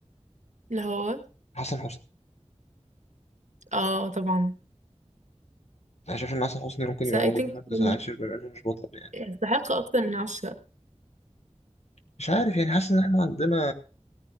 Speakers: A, on the right; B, on the left.
A: اللي هو
B: حسن حسني
A: اه طبعا
B: انا شايف ان حسن حسني ممكن
A: بس
B: يبقى
A: I
B: موجود
A: think
B: في المركز
A: يعني
B: العاشر بما انه مش بطل يعني
A: يستحق اكتر من عشرة
B: مش عارف يعني حاسس ان احنا عندنا